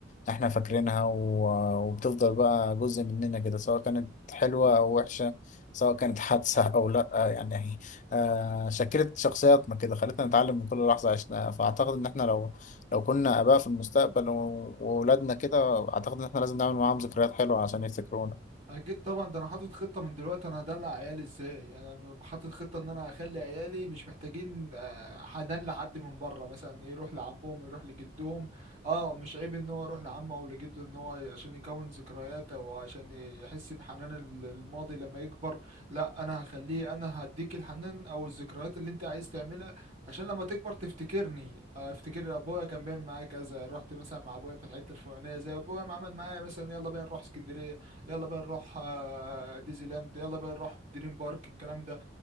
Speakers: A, on the left; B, on the right.
A: إحنا فاكرينها و- وبتفضل بقى جزء مننا كده سواء كانت حلوة أو وحشة سواء كانت حادثة أو لأ يعني آه شكلت شخصياتنا كده خلتنا نتعلم من كل لحظة عشناها فأعتقد إن إحنا لو لو كنا آباء في المستقبل و- وولادنا كده أعتقد إن إحنا لازم نعمل معاهم ذكريات حلوة عشان يفتكرونا.
B: اكيد طبعا ده انا حاطط خطه من دلوقتي انا هدلع عيالي ازاي يعني انا حاطط خطه ان انا اخلي عيالي مش محتاجين آه، حنان لحد من بره مثلا يروح لعمهم يروح لجدهم اه مش عيب ان هو يروح لعمه او لجده ان هو ي- عشان يكون ذكريات او عشان يحس بحنان ال- الماضي لما يكبر لا انا هخليه انا هديك الحنان او الذكريات اللي انت عايز تعملها عشان لما تكبر تفتكرني آه، افتكر ابويا كان بيعمل معايا كذا رحت مثلا مع ابويا في الحته الفلانيه زي ابويا ما عمل معايا مثلا يلا بينا نروح اسكندريه يلا بقى نروح آه، ديزني لاند يلا بقى نروح دريم بارك الكلام ده